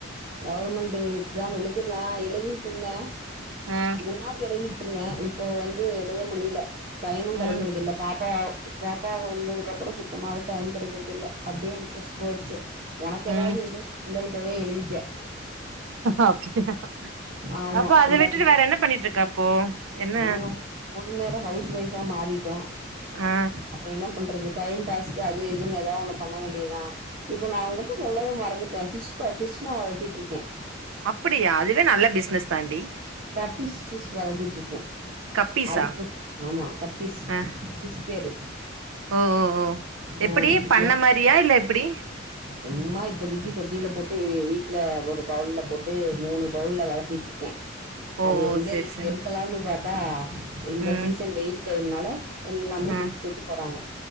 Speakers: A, on the right; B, on the right.
A: கவர்மெண்ட் எக்ஸாம் எழுதிடலா எழுதிட்டு இருந்தேன்
B: ம்
A: முன்னாடி எழுதிட் இல்ல இப்போ வந்து எழுத முடியில டைமு கெடைக்கிறது
B: ம்
A: இல்ல பாப்பா பாப்பாங்க வந்ததுக்கு அப்புறோ சுத்தமாவே டைம் கெடைக்கிறது இல்ல அப்டியே இன்ட்ரெஸ்ட் போயிருச்சு ஒனக்கு எதாவ்து
B: ம்
A: இன்ட்ரெஸ்ட் வந்தா இப்பவே எழுதிக்க
B: அப்டியா
A: ஆமா
B: அப்ப அத
A: இல்லாட்டினா
B: விட்டுட்டு வேற என்ன பண்ணிட்ருக்க அப்போ என்ன
A: நாங்க முழு நேரம் ஹவுஸ் ஒய்ஃப்பா மாறிட்டோ
B: ஆ
A: அப்றோ என்ன பண்றது டைம் பாஸ்க்கு அது இதுன்னு எதாவ் ஒண்ணு பண்ண வேண்டிதா இப்ப நா உங்கிட்ட சொல்லவே மறந்துட்ட ஃபிஷ் கா ஃபிஷ் நா வளத்திட்ருக்கே
B: அப்பிடியா அதுவே நல்ல பிஸ்னஸ் தாண்டி
A: கப்பீஸ் ஃபிஷ் வளதிட்ருக்கே
B: கப்பீஸா
A: அது ஆமா கப்பீஸ்
B: ஆ
A: ஃபிஷ் பேரு
B: ஓ ஓ ஓ
A: ஆ
B: எப்பிடி
A: குட்டி குட்டியா
B: பண்ண மாறியா இல்ல எப்டி
A: சும்மா இப்பதைக்கு தொட்டில போட்டு வீட்ல ஒரு பவுல்ல போட்டு மூணு பவுல்ல வளத்திட்ருக்கே
B: ஓ
A: அது
B: ஓ
A: எங்க
B: சேரி சேரி
A: எருக்கலானு பாத்தா இந்த
B: ம்
A: சீசன் வெயில் டைம்னால எல்லாமே
B: ம்
A: செத்து செத்து போறாங்க